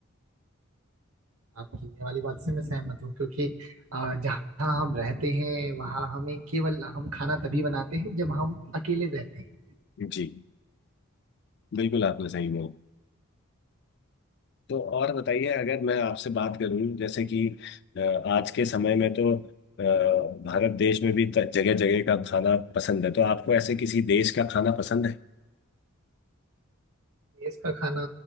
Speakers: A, on the right; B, on the left.
A: आपकी ये वाली बात से मैं सहमत हूँ क्योंकि अ, जहाँ हम रहते हैं वहाँ हमें केवल हम खाना तभी बनाते हैं जब हम अकेले रहते हैं
B: जी बिल्कुल आपने सही बोला तो और बताइए अगर मैं आपसे बात करूं जैसे कि अ, आज के समय में तो अ, भारत देश में भी जगह जगह का खाना पसंद है तो आपको ऐसे किसी देश का खाना पसंद है
A: देश का खाना